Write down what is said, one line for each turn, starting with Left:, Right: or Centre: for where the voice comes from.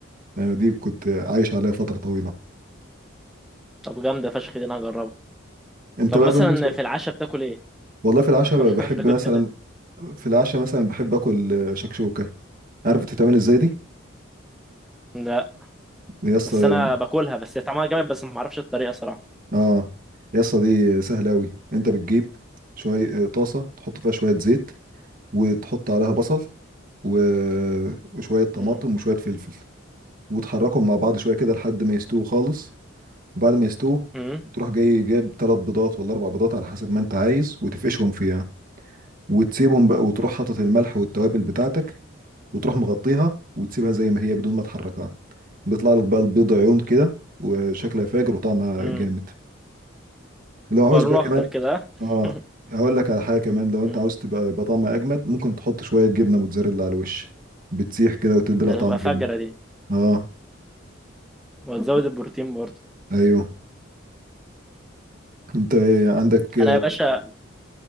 Right: يعني دي كنت عايش عليها فترة طويلة
Centre: طب جامده فشخ دي انا هجربها
Right: انت
Centre: طب
Right: بقى
Centre: مثلا
Right: بالنسبة
Centre: في العشاء بتاكل ايه
Right: والله في العشاء
Centre: <laughs>
Right: بقى بحب
Centre: انت كنت
Right: مثلا في العشاء مثلا بحب اكل شكشوكة عارف بتتعمل ازاي دي؟
Centre: لا
Right: يا اسطى
Centre: بس انا باكلها بس هي طعمها جامد بس ما اعرفش الطريقه صراحه
Right: اه يا اسطى دي سهلة أوي انت بتجيب شوية طاسة تحط فيها شوية زيت وتحط عليها بصل و- وشوية طماطم
Centre: امم
Right: وشوية فلفل وتحركهم مع بعض شوية كده لحد ما يستووا خالص وبعد ما يستووا
Centre: امم
Right: تروح جاي جايب ثلاث بيضات ولا اربع بيضات على حسب ما انت عايز وتفقشهم فيها وتسيبهم بقى وتروح حاطط الملح والتوابل بتاعتك وتروح مغطيها وتسيبها زي ما هي بدون ما تحركها بيطلع لك بقى البيض عيون كده وشكلها فاجر وطعمها
Centre: امم
Right: جامد لو
Centre: بيبقى
Right: عاوز
Centre: لونه
Right: بقى كمان
Centre: اخضر كده ها؟
Right: اه
Centre: <laughs>
Right: هقول لك على حاجة كمان لو انت
Centre: مم.
Right: عاوز تبقى يبقى طعمها اجمد ممكن تحط شوية جبنة موتزاريلا على الوش بتسيح كده وتدي
Centre: ده
Right: لها طعم
Centre: تبقى فجره
Right: جامد
Centre: دي
Right: اه
Centre: وتزود <laughs> البروتين برضه
Right: ايوه انت عندك
Centre: انا يا باشا